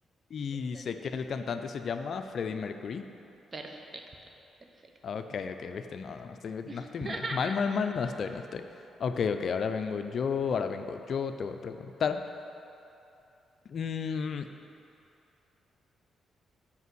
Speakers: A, on the left (about 60°); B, on the right (about 40°).
A: Y
B: Entonces,
A: sé que el cantante se llama Freddie Mercury.
B: Perfecto, perfecto.
A: Ah, Ok, ok, viste, no, no, no estoy, no
B: <laughs>
A: estoy mal. Mal, mal, mal, no estoy, no estoy. Ok, ok, ahora vengo yo, ahora vengo yo, te voy a preguntar. Mm,